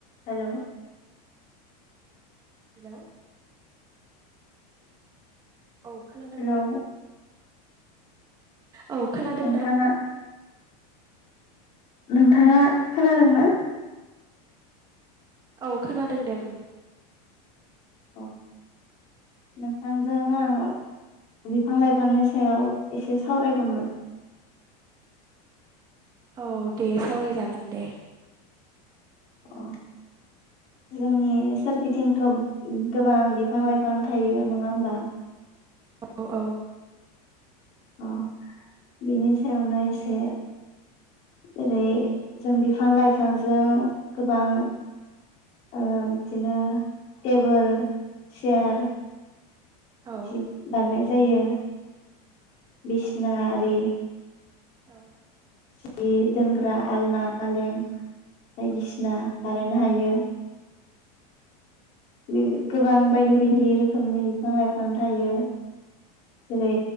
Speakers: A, on the left; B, on the right.
A: हेल'।
B: Hello. औ खोनादोंना?
A: hello
B: औ खोनादों
A: नोंथाङा
B: ना?
A: नोंथाङा खोनादों ना?
B: औ खोनादों दे बुं।
A: अ नोंथांजों आं बिफां-लाइफांनि सायाव एसे सावरायगौमोन।
B: औ दे सावरायजागोन दे।
A: अ जोंनि सोरगिदिंथ' गोबां बिफां-लाइफां थायो नङा होमबा।
B: औ-औ।
A: अ बिनि सायावनो एसे ओेरै जों बिफां लाइफांजों गोबां ओ बिदिनो टेबोल, सेयार
B: औ
A: जिब बाननाय जायो। बिसिना आरि
B: औ
A: सि दोनग्रा आलना, फालें बायदिसिना
B: औ
A: बानायनो हायो। बिबि गोबां बायदि बायदि रोखोमनि बिफां लाइफां थायो। जेरै